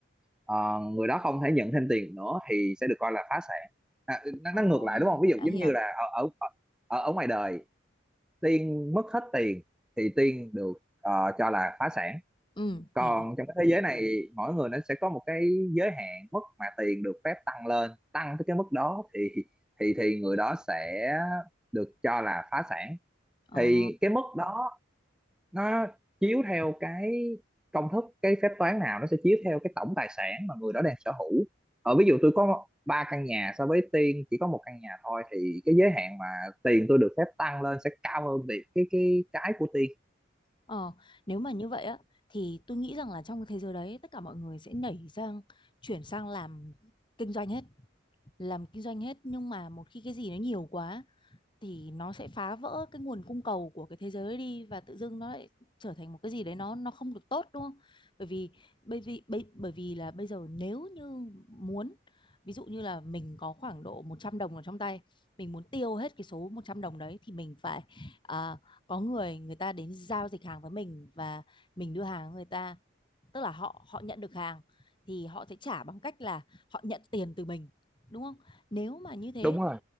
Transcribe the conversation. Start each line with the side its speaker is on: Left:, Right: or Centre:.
Centre: ờ, người đó không thể nhận thêm tiền nữa thì sẽ được coi là phá sản à, nó,
Left: ờ,
Centre: nó ngược lại đúng không ví dụ
Left: đã
Centre: giống
Left: hiểu
Centre: như là ở ở ở ở ngoài đời Tiên mất hết tiền thì Tiên được ờ, cho là phá sản
Left: ừ
Centre: còn
Left: hiểu
Centre: trong cái thế giới này mỗi người nó sẽ có một cái giới hạn mức mà tiền được phép tăng lên tăng tới cái mức đó thì thì thì người đó sẽ được cho là phá sản
Left: ờ
Centre: thì cái mức đó nó chiếu theo cái công thức cái phép toán nào nó sẽ chiếu theo cái tổng tài sản mà người đó đang sở hữu ở ví dụ tôi có ba căn nhà so với Tiên chỉ có một căn nhà thôi thì cái giới hạn mà tiền tôi được phép tăng lên sẽ cao hơn việc cái cái cái của Tiên
Left: ờ nếu mà như vậy á thì tôi nghĩ rằng là trong cái thế giới đấy tất cả mọi người sẽ nảy sang chuyển sang làm kinh doanh hết làm kinh doanh hết nhưng mà một khi cái gì nó nhiều quá thì nó sẽ phá vỡ cái nguồn cung cầu của cái thế giới đi và tự dưng nó lại trở thành một cái gì đấy nó nó không được tốt đúng không? Bởi vì bởi vì bởi, bởi vì là bây giờ nếu như muốn ví dụ như là mình có khoảng độ 100 đồng ở trong tay, mình muốn tiêu hết cái số 100 đồng đấy thì mình phải à, có người người ta đến giao dịch hàng với mình và mình đưa hàng người ta tức là họ họ nhận được hàng thì họ sẽ trả bằng cách là họ nhận tiền từ mình đúng không nếu mà như thế
Centre: đúng rồi
Left: thì